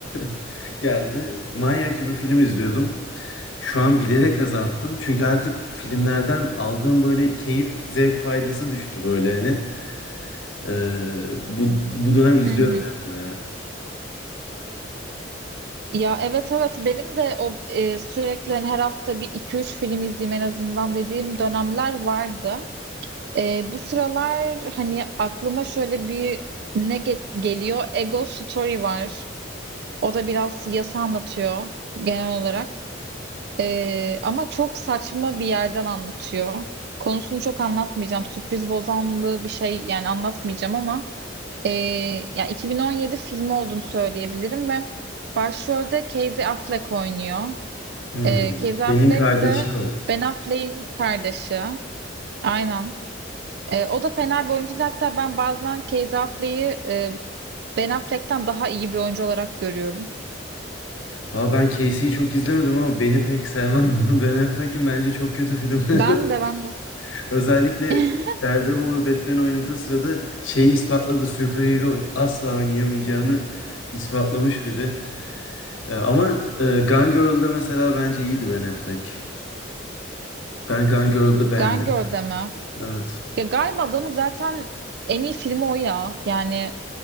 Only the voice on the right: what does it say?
Hı hı.
Ya evet evet benim de o e, sürekli hani her hafta bir iki üç film izleyeyim en azından dediğim dönemler vardı. E, bu sıralar hani aklıma şöyle bir ne ge- geliyor? Ego Story var. O da biraz yasa anlatıyor genel olarak. Ee, ama çok saçma bir yerden anlatıyor. Konusunu çok anlatmayacağım. Sürpriz bozanlığı bir şey yani anlatmayacağım ama ee, yani 2017 filmi olduğunu söyleyebilirim ve başrolde Casey Affleck oynuyor.
Ee, Casey
Affleck
de
Ben Affleck'in kardeşi. Aynen. Ee, o da fena bir oyuncu değil. Hatta ben bazen Casey Affleck'i e, Ben Affleck'ten daha iyi bir oyuncu olarak görüyorum.
Ben
de ben de.
<laughs>
Gone Girl'de mi?
Ya galiba adamın zaten en iyi filmi o ya. Yani